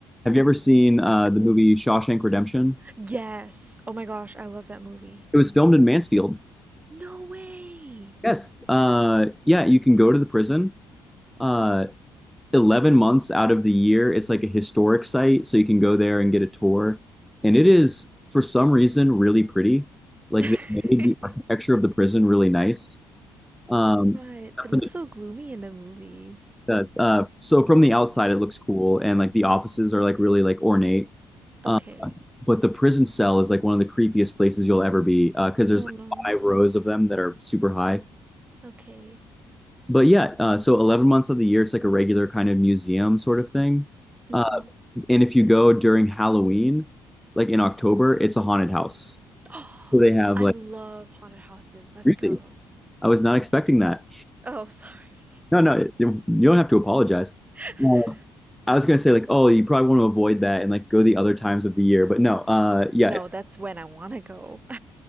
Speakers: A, in the centre; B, on the right (about 25°).
A: have you ever seen uh, the movie Shawshank Redemption?
B: Yes. Oh my gosh, I love that movie.
A: It was filmed in Mansfield.
B: No way.
A: Yes. Uh, yeah, you can go to the prison. Uh, 11 months out of the year, it's like a historic site, so you can go there and get a tour. And it is, for some reason, really pretty. Like
B: <laughs>
A: they made the architecture of the prison really nice. Um,
B: Right.
A: except
B: It
A: for
B: looks
A: the
B: so gloomy in the movies.
A: that's, uh, so from the outside, it looks cool, and like the offices are like really like ornate.
B: Okay.
A: Um, but the prison cell is like one of the creepiest places you'll ever be because there's
B: Oh
A: like
B: no.
A: five rows of them that are super high.
B: Okay.
A: But yeah, uh, so 11 months of the year, it's like a regular kind of museum sort of thing.
B: Mm-hmm.
A: Uh, and if you go during Halloween, like in October, it's a haunted house.
B: <gasps>
A: So they have
B: I
A: like,
B: love haunted houses. Let's
A: really?
B: go.
A: I was not expecting that.
B: Oh, sorry.
A: No, no, you you don't have to apologize.
B: <laughs>
A: Uh, I was gonna say like, oh, you probably want to avoid that and like go the other times of the year, but no, uh, yeah,
B: No,
A: it's,
B: that's when I want to go. <laughs>